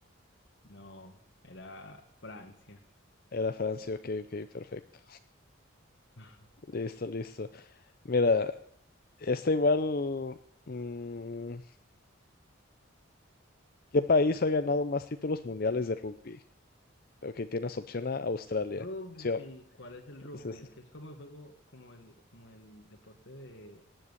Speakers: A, on the left (about 65°); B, on the left (about 45°).
A: No, era Francia.
B: Era Francia, ok, ok, perfecto.
A: <laughs>
B: Listo, listo. Mira, esta igual. mm, ¿Qué país ha ganado más títulos mundiales de rugby? Ok, tienes opción A, Australia.
A: Rugby,
B: Sí, o-
A: ¿cuál es el rugby?
B: es- es-
A: El que es como el juego, como el, como el deporte de,